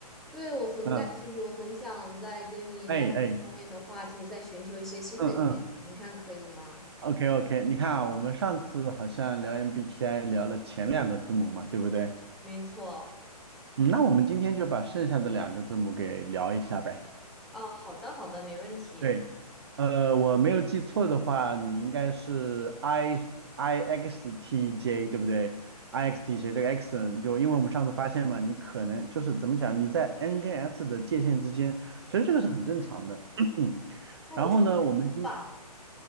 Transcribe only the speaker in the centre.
对我很感兴趣，
我很想再跟你聊这方面的话题，
再寻求一些新的建议，
您看可以吗？
没错，
啊，好的，好的，没问题。
哎，
我是
吧？